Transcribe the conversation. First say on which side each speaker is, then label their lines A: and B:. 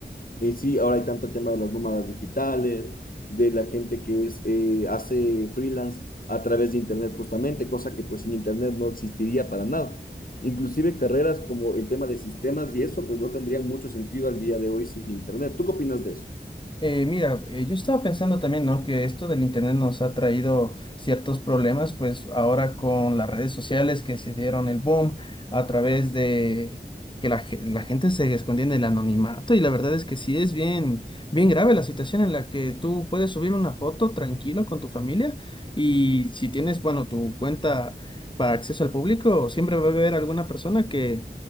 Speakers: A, on the left; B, on the left.
A: Eh, sí, ahora hay tanto el tema de las nómadas digitales, de la gente que es, eh, hace freelance a través de Internet justamente, cosa que pues sin Internet no existiría para nada. Inclusive carreras como el tema de sistemas y eso, pues no tendrían mucho sentido al día de hoy sin Internet. ¿Tú qué opinas de eso?
B: Eh, mira, eh, yo estaba pensando también, ¿no? Que esto del internet nos ha traído ciertos problemas, pues ahora con las redes sociales que se dieron el boom a través de que la, ge- la gente se escondía en el anonimato y la verdad es que sí es bien, bien grave la situación en la que tú puedes subir una foto tranquilo con tu familia y si tienes, bueno, tu cuenta para acceso al público, siempre va a haber alguna persona que